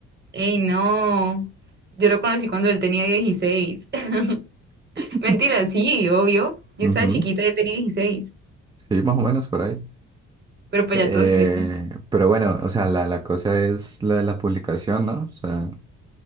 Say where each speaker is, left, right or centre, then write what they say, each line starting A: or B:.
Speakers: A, on the right; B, on the right.
A: Ey, no. Yo lo conocí cuando él tenía 16.
B: <laughs>
A: <laughs> Mentira, sí, obvio. Yo
B: Ujú.
A: estaba chiquita y él tenía dieciséis.
B: Sí, más o menos por ahí.
A: Pero pues
B: Eh,
A: ya todos crecen.
B: pero bueno, o sea, la, la cosa es la de la publicación, ¿no? O sea,